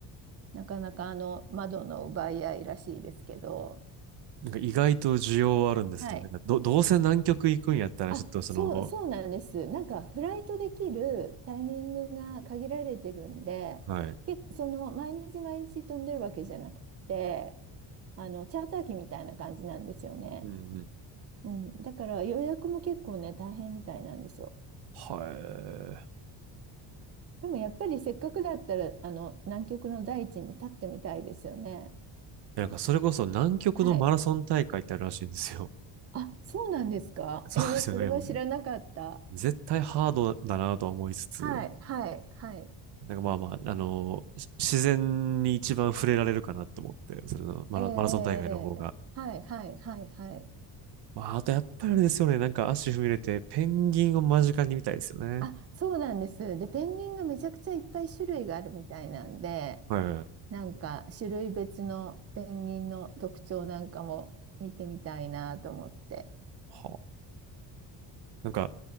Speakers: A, on the right; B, on the right.
A: なかなかあの窓の奪い合いらしいですけど、
B: なんか意外と需要はあるんですよね。
A: はい。
B: なんかど、どうせ南極行くんやったら、
A: あ、
B: ちょっとその、
A: そう、そうなんです。なんかフライトできるタイミングが限られてるんで、
B: はい。
A: 結構その毎日毎日飛んでるわけじゃなくて、あのチャーター機みたいな感じなんですよね。
B: うんうん。
A: うん、だから予約も結構ね、大変みたいなんですよ。
B: は
A: でもやっぱりせっかくだったら、あの、南極の大地に立ってみたいですよね。
B: い。なんかそれこそ南極のマラソン大会ってあるらしいんですよ。
A: はい。あ、そうなんですか。
B: <laughs> そうですよね。
A: えー、それは知らなかった。
B: もう絶対ハードだなとは思いつつ、
A: はい、はい、はい。
B: なんかまあまあ、あのし自然に一番触れられるかなと思って、それのマラ、
A: えーえー、
B: マラソン大会の方が。
A: えーはい、はい、はい、はい。
B: まあ、あとやっぱりあれですよね。なんか足踏み入れて、ペンギンを間近に見たいですよね。
A: あ、そうなんです。で、ペンギンがめちゃくちゃいっぱい種類があるみたいなんで、
B: はいはいはい。
A: なんか種類別のペンギンの特徴なんかも見てみたいなと思って。
B: はあ。なんか、